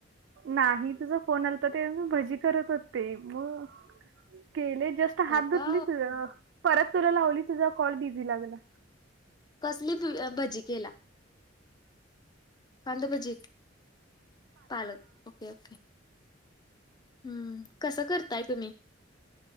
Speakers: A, on the right; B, on the left.
A: नाही तुझा फोन आल तर ते मी भजी करत होते मग. केले जस्ट
B: हो
A: हात धुतली
B: का
A: तु परत तुला लावली तुझा कॉल बिझी लागला.
B: कसली भ भजी केला. कांदभजी पालक ओके ओके. हम्म कसं करताय तुम्ही?